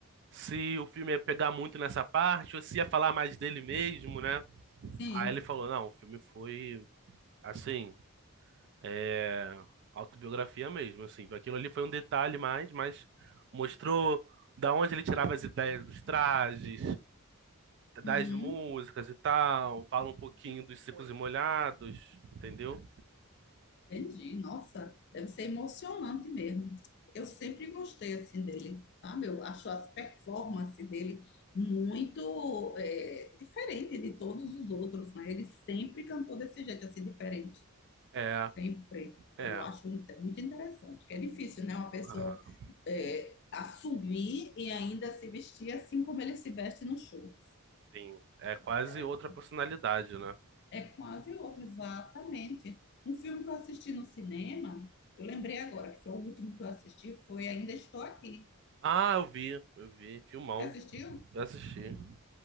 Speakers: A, on the right (about 50°); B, on the left (about 50°).
A: se o filme ia pegar muito nessa parte ou se ia falar mais dele mesmo, né?
B: sim.
A: Aí ele falou, não, o filme foi assim, é, autobiografia mesmo, assim, aquilo ali foi um detalhe mais, mas mostrou da onde ele tirava as ideias dos trajes, das
B: Hum,
A: músicas e tal, fala um pouquinho dos secos e Foi. molhados, entendeu?
B: entendi. Nossa, deve ser emocionante mesmo. Eu sempre gostei assim dele, sabe? Eu acho as performances dele muito é, diferente de todos os outros, né? Ele sempre cantou desse jeito assim diferente.
A: É,
B: Sempre. Então,
A: é,
B: eu acho muito, muito interessante, que é difícil, né? Uma pessoa
A: aham,
B: é, assumir e ainda se vestir assim como ele se veste no show.
A: sim, é
B: Muito
A: quase
B: interessante.
A: outra personalidade, né?
B: É quase outro, exatamente. Um filme que eu assisti no cinema, eu lembrei agora, que foi o último que eu assisti, foi Ainda Estou Aqui.
A: Ah, eu vi, eu vi, filmão,
B: Você assistiu?
A: eu assisti. Uhum.